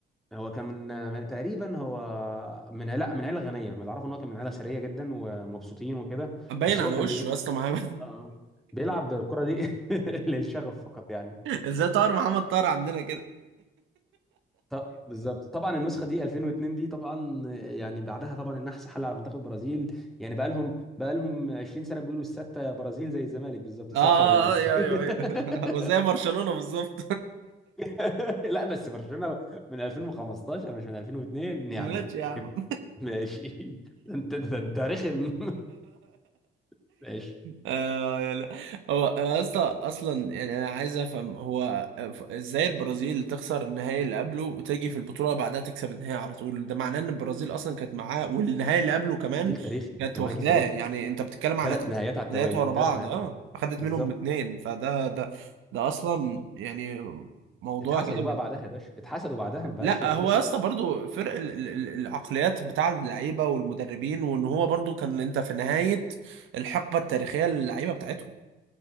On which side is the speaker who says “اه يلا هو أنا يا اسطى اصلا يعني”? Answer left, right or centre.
Right